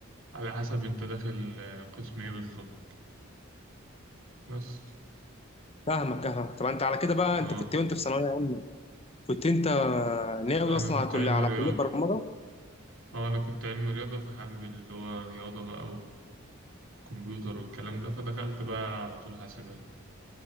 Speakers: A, on the right; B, on the left.
A: على حسب انت داخل آه، قسم ايه بالظبط بس
B: فاهمك فاهمك طب انت على كده بقى
A: اه
B: انت كنت وانت في ثانويه عامه كنت انت ناوي
A: انا
B: اصلا
A: كنت
B: على كل
A: علم
B: على
A: رياضة
B: كليه برمجه
A: اه انا كنت علم رياضة فحابب اللي هو رياضة بقى وكمبيوتر والكلام ده فدخلت بقى على طول حاسبات